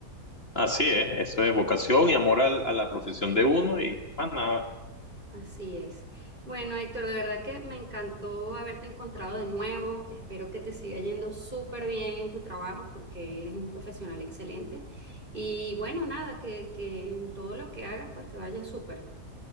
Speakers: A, on the left; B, on the right.
A: Así es, eso es vocación y amor al- a la profesión de uno y más nada.
B: Así es. Bueno, Héctor, de verdad que me encantó haberte encontrado de nuevo. Espero que te siga yendo súper bien en tu trabajo porque eres un profesional excelente. Y bueno, nada, que, que en todo lo que hagas pues te vaya súper.